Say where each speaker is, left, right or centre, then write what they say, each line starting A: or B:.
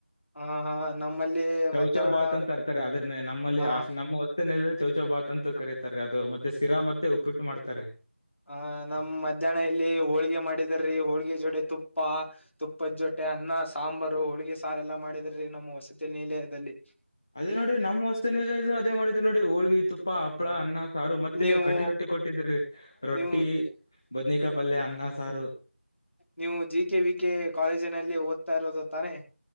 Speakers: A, on the left (about 85°); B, on the left (about 15°).
A: ಹ ಹಾ ನಮ್ಮಲ್ಲಿ
B: ಚೌ
A: ಮಧ್ಯಾಹ್ನ
B: ಚೌ ಭಾತ ಅಂತ ಅರ್ತಾರಿ ಅದ್ರ ನಮ್ಮಲ್ಲಿ
A: ಹ
B: ನಮ್ಮ ವಸತಿನಿಲಯ ಚೌಚ ಭಾತ್ ಅಂತ ಕರಿತಾರೆ ಅದು ಮತ್ತೆ ಸಿರಾ ಮತ್ತೆ ಉಪ್ಪಿಟ್ಟು ಮಾಡ್ತಾರೆ.
A: ಹ ನಮ್ ಮಧ್ಯಾಹ್ನ ಇಲ್ಲಿ ಹೋಳಿಗೆ ಮಾಡಿದಾರೆ ರಿ ಹೋಳಿಗೆ ಜೋತೆ ತುಪ್ಪ. ತುಪ್ಪದ ಜೊತೆ ಅನ್ನ, ಸಾಂಬಾರು ಹೋಳಿಗೆ ಸಾರ ಎಲ್ಲಾ ಮಾಡಿದ್ರೀ ನಮ್ಮ ವಸತಿ ನಿಲಯದಲ್ಲಿ.
B: ಅದೇ ನೋಡಿ ನಮ್ಮ ವಸತಿ ನಿಲಯ ಅದೇ ಮಾಡಿದ್ ನೋಡಿ ಹೋಳ್ಗಿ ತು ಹಪ್ಪ ಹಪ್ಳ
A: ಹ
B: ಅನ್ನ, ಸಾರು ಮತ್ತೆ
A: ನೀವು
B: ಕಟ್ಟಿ ರೊಟ್ಟಿ ಕೊಟ್ಟಿದ್ರರಿ. ರೊಟ್ಟಿ-
A: ನೀವು
B: ಬದನಿಕಾಪಲ್ಲೆ ಅನ್ನ ಸಾರು.
A: ನೀವು ಜಿ ಕೆ ವಿ ಕೆ ಕಾಲೇಜಿನಲ್ಲಿ ಓದ್ತಾ ಇರೋದು ತಾನೆ.